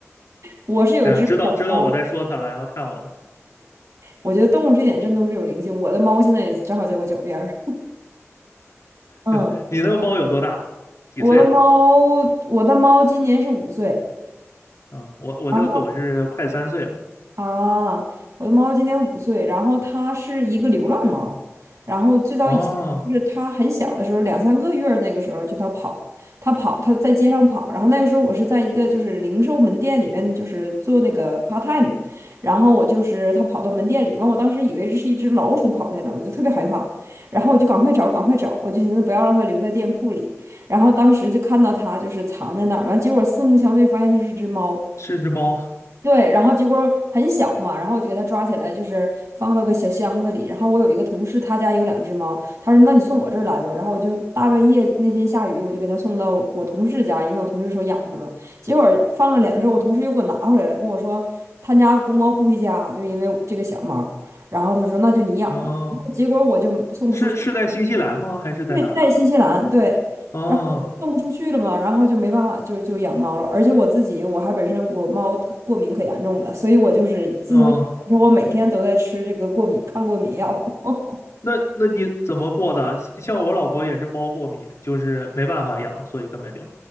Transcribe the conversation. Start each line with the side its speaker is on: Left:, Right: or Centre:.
Right: 我是有只小猫，
Left: 哎呀，知道知道我在说它了，然后看我呢。
Right: 我觉得动物这点真都是有灵性。我的猫现在也正好在我脚边儿。嗯，
Left: <laughs> 你那个猫有多大？几岁了？
Right: 我的猫，我的猫今年是五岁。
Left: 啊、我我这个狗是快三岁了。
Right: 然后。啊，我的猫今年五岁，然后它是一个流浪猫，然后最早以前就是它很小的时候，
Left: 哦，
Right: 两三个月儿那个时候就它跑，它跑，它在街上跑，然后那个时候我是在一个就是零售门店里边就是做那个 part time，然后我就是它跑到门店里，完我当时以为这是一只老鼠跑进来，我就特别害怕，然后我就赶快找，赶快找，我就寻思不要让它留在店铺里，然后当时就看到它就是藏在那儿，完结果四目相对发现它是只猫。
Left: 是只猫。
Right: 对，然后结果很小嘛，然后我就给它抓起来，就是放到个小箱子里。然后我有一个同事，他家有两只猫，他说：“那你送我这儿来吧。”然后我就大半夜那天下雨，我就给他送到我同事家，因为我同事说养它嘛。结果放了两周，我同事又给我拿回来了，跟我说他家公猫不回家，就因为这个小猫。然后他说：“那就你养吧。”结果我就送不出去。
Left: 哦，是是在新西兰吗？还是在哪？
Right: 对，在新西兰，对，
Left: 哦
Right: 然后送不出去了嘛，然后就没办法，就就养猫了。而且我自己，我还本身我猫特过敏可严重了，所以我就是自从养了之后，
Left: 哦，
Right: 我每天都在吃这个过敏抗过敏药。<laughs>
Left: 那那你怎么过的？像像我老婆也是猫过敏，就是没办法养，所以根本就